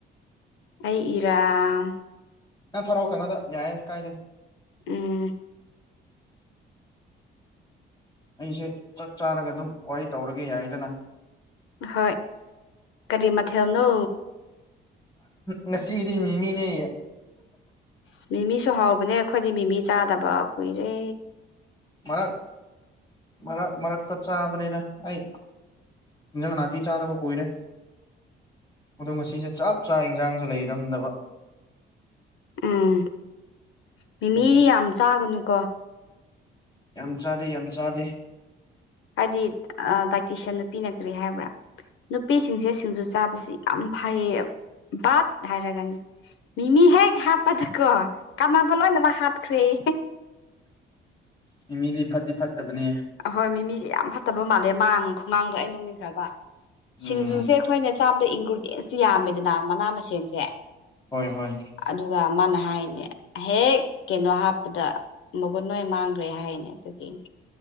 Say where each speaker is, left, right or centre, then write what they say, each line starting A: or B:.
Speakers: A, on the left (about 80°); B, on the left (about 20°).
A: ꯑꯩ ꯏꯔꯝ
B: ꯅꯪ ꯊꯔꯛꯑꯣ ꯀꯩꯅꯣꯗ ꯌꯥꯏꯦ ꯀꯥꯏꯗꯦ
A: ꯎꯝ
B: ꯑꯩꯁꯦ ꯆꯥꯛ ꯆꯥꯔꯒ ꯑꯗꯨꯝ ꯋꯥꯔꯤ ꯇꯧꯔꯒꯦ ꯌꯥꯏꯗꯅ
A: ꯍꯣꯏ ꯀꯔꯤ ꯃꯊꯦꯜꯅꯣ
B: ꯅꯁꯤꯗꯤꯅꯤꯃꯤꯅꯦ
A: ꯑ ꯃꯤꯃꯤꯁꯨ ꯍꯥꯎꯕꯅꯦ ꯑꯩꯈꯣꯏꯗꯤ ꯃꯤꯃꯤ ꯆꯥꯗꯕ ꯀꯨꯏꯔꯦ
B: ꯃꯔꯛ ꯃꯔꯛ ꯃꯔꯛꯇ ꯆꯥꯕꯅꯤꯅ ꯑꯩ ꯏꯟꯖꯥꯡ ꯅꯥꯄꯤ ꯆꯥꯗꯕ ꯀꯨꯏꯔꯦ ꯑ ꯉꯁꯤꯁꯦ ꯆꯞ ꯆꯥ ꯏꯟꯖꯥꯡꯁꯨ ꯂꯩꯔꯝꯗꯕ
A: ꯎꯝ ꯃꯤꯃꯤ
B: ꯅꯥꯄꯤ
A: ꯌꯥꯝ ꯆꯥꯒꯅꯨꯀꯣ
B: ꯌꯥꯝ ꯆꯥꯗꯦ ꯌꯥꯝ ꯆꯥꯗꯦ
A: ꯍꯥꯏꯗꯤ ꯗꯥꯏꯇꯤꯁꯤꯌꯥꯟ ꯅꯨꯄꯤ ꯅ ꯀ꯭ꯔꯦ ꯍꯥꯏꯕ꯭ꯔꯥ ꯅꯨꯄꯤꯁꯤꯡꯁꯦ ꯁꯤꯡꯖꯨ ꯆꯥꯕꯁꯤ ꯌꯥꯝ ꯐꯩꯌꯦꯕ ꯍꯥꯏꯔꯒꯅ ꯃꯤꯃꯤꯃꯤ ꯍ ꯈꯥꯄꯊ ꯀ ꯀꯥꯟꯕ ꯂꯣꯏ ꯅꯃ ꯍꯥꯥꯛ ꯈꯔꯤꯦ
B: ꯃꯤ ꯃꯤꯗꯤ ꯐꯗꯤ ꯐꯠꯇꯕꯅꯦ
A: ꯑꯍꯣꯏ ꯃꯤꯃꯤꯁꯦ ꯌꯥꯝ ꯐꯠꯇꯕ ꯃꯥꯜꯂꯦꯥꯡ ꯈꯣꯡꯒꯥꯡꯗꯣ ꯑꯩꯅ ꯂꯧꯅꯤꯡꯈ꯭ꯔꯕ
B: ꯎꯝ
A: ꯁꯤꯡꯖꯨꯁꯦ ꯑꯩꯈꯣꯏꯅ ꯆ ꯒꯨꯗꯦꯟꯁꯇꯤ ꯌꯥꯝꯃꯦꯗꯅ ꯃꯅꯥ ꯃꯁꯤꯡꯦꯟꯁꯦ
B: ꯍꯣꯏ ꯍꯣꯏ
A: ꯑꯗꯨꯒ ꯃꯥꯅ ꯍꯥꯏꯅꯦ ꯍꯦꯛ ꯀꯩꯅꯣ ꯍꯥꯞꯄꯗ ꯃꯒꯨꯟ ꯂꯣꯏ ꯃꯥꯡꯈ꯭ꯔꯦ ꯍꯥꯏꯅꯦ ꯑꯗꯨꯒꯤꯅꯦ